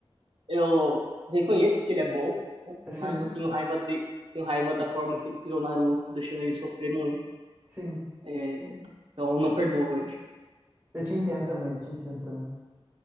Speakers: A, on the right; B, on the right.
A: Eu reconheço que ele é bom, né?
B: Sim,
A: Mas eu tenho raiva de. Tenho raiva da forma que ele criou o Naruto, deixando ele sofrer muito.
B: sim.
A: É, Então eu não perdoo ele.
B: Eu te entendo também, eu te entendo também.